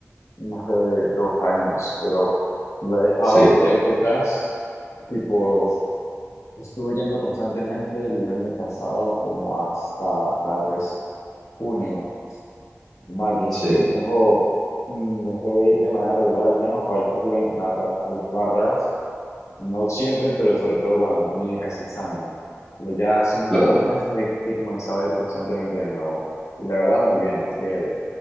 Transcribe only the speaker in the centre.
Sí,
sí,
claro.